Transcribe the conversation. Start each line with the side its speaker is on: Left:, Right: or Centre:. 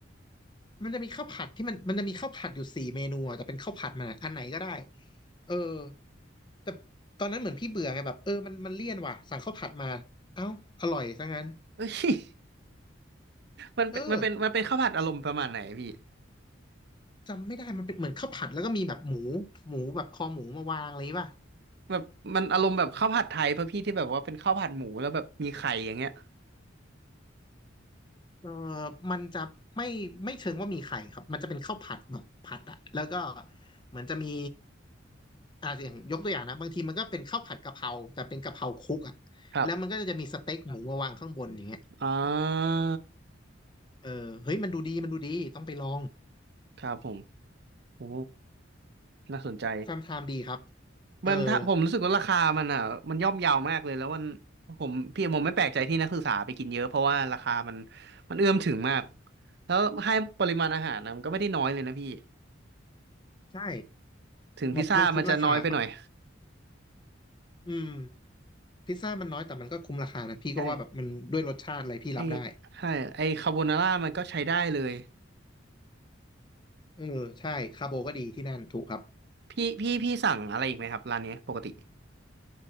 Left: มันจะมีข้าวผัดที่มันมันจะมีข้าวผัดอยู่สี่เมนูอะแต่เป็นข้าวผัดมันอะอันไหนก็ได้เออแต่ตอนนั้นเหมือนพี่เบื่อไงแบบเออมันมันเลี่ยนว่ะสั่งข้าวผัดมาเอ้าอร่อยซะงั้น
Right: เอ้ย <laughs> มันเป็นมันเป็นมันเป็นข้าวผัดอารมณ์ประมาณไหนพี่
Left: เออจำไม่ได้มันเป็นเหมือนข้าวผัดแล้วก็มีแบบหมูหมูแบบคอหมูมาวางอะไรป่ะ
Right: แบบมันอารมณ์แบบข้าวผัดไทยป่ะพี่ที่แบบว่าเป็นข้าวผัดหมูแล้วแบบมีไข่อย่างเงี้ย
Left: เออมันจะไม่ไม่เชิงว่ามีไข่ครับ มันจะเป็นข้าวผัดแบบผัดอะแล้วก็เหมือนจะมีอ่าอย่างยกตัวอย่างนะบางทีมันก็เป็นข้าวผัดกะเพราแต่เป็นกะเพราคลุกอะแล้วมันก็จะมีสเต็กหมูมาวางข้างบนอย่างเงี้ย
Right: ครับอ่า
Left: เออเฮ้ยมันดูดีมันดูดีต้องไปลอง
Right: ครับผมโอ้น่าสนใจ
Left: แฟมไทม์ดีครับเออ
Right: มันถ้าผมรู้สึกว่าราคามันอ่ะมันย่อมเยาวมากเลยแล้วมันผมพี่ผมไม่แปลกใจที่นักศึกษาไปกินเยอะเพราะว่าราคามันมันเอื้อมถึงมาก แล้วให้ปริมาณอาหารนะมันก็ไม่ได้น้อยเลยนะพี่
Left: ใช่
Right: ถึงพิซซ่ามันจะน้อยไปหน่อย
Left: หมดมันคุ้มราคาครับอืมพิซซ่ามันน้อยแต่มันก็คุ้มราคานะพี่ก็ว่าแบบมันด้วยรสชาติอะไรพี่รับได้
Right: ใช่ไอใช่ไอคาโบนาร่ามันก็ใช้ได้เลย
Left: เออใช่คาร์โบก็ดีที่นั่นถูกครับ
Right: พี่พี่พี่สั่งอะไรอีกไหมครับร้านเนี้ยปกติ